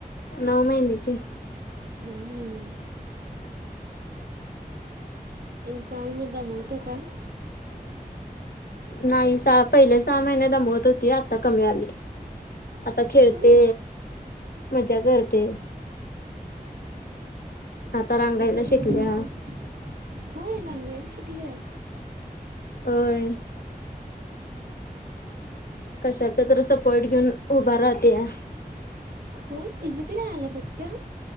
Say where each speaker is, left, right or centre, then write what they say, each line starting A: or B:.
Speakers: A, on the left; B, on the right.
A: नऊ महिन्याची
B: नऊ महिने. आणि काय मग दमवत्या काय?
A: नाही सहा पहिले सहा महिने दमवत होती, आता कमी आली. आता खेळते,
B: हम्म
A: मजा करते. आता रांगायला
B: किती <unintelligible>
A: शिकल्या
B: तुमचं? होय रांगायला शिकल्या?
A: होय. कशाचा तर सपोर्ट घेऊन उभा राहत्या.
B: होय तिज ती रहायला बघत्या.